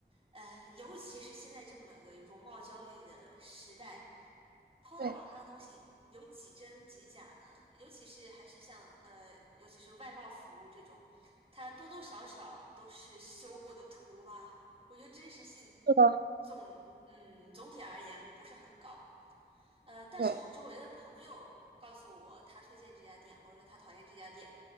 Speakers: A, on the right; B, on the right.
A: 呃，尤其是现在这么个容貌焦虑的时代，PO
B: 对，
A: 到网上的东西有几真几假呢？尤其是还是像呃，尤其是外贸服务这种，它多多少少都是修过的图吧。我觉得真实性
B: 是的，
A: 总嗯总体而言不是很高。呃，但是我周围的朋友告诉我，
B: 对，
A: 他推荐这家店，或者说他讨厌这家店，